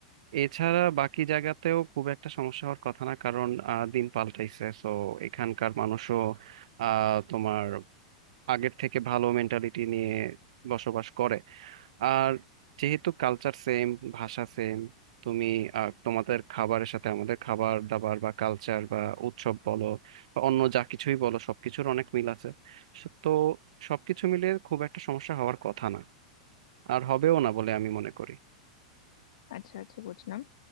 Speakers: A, on the right (about 70°); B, on the left (about 75°).
A: এছাড়া বাকি জায়গাতেও খুব একটা সমস্যা হওয়ার কথা না কারণ আহ, দিন পাল্টাইছে সো এখানকার মানুষও আহ, তোমার আগের থেকে ভালো মেন্টালিটি নিয়ে বসবাস করে আর যেহেতু কালচার সেম ভাষা সেম তুমি আহ, তোমাদের খাবারের সাথে আমাদের খাবার দাবার বা কালচার বা উৎসব বলো বা অন্য যা কিছুই বলো সবকিছুর অনেক মিল আছে সো তো সবকিছু মিলে খুব একটা সমস্যা হওয়ার কথা না আর হবেও না বলে আমি মনে করি
B: আচ্ছা আচ্ছা বুঝলাম